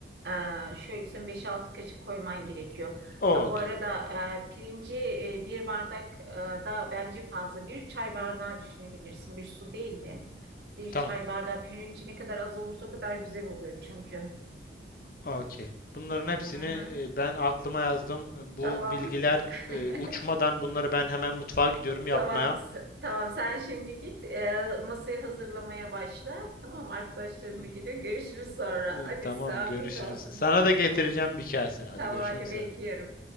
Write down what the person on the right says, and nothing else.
Ee, şöyle sen beş altı kaşık koyman gerekiyor.
Ha,
Bu arada e, pirinci e, bir bardak e, da bence fazla. Bir çay bardağı düşünebilirsin. Bir su değildi. Bir
çay bardağı pirinci ne kadar az olursa o kadar güzel oluyor çünkü.
Hı hı.
Tamam.
<laughs>
Tamam, s- tamam. Sen şimdi git e, masayı hazırlamaya başla. Tamam, arkadaşlarınla
geliyor. Görüşürüz sonra.
Hadi
size afiyet
olsun.
Tamam,
hadi
bekliyorum.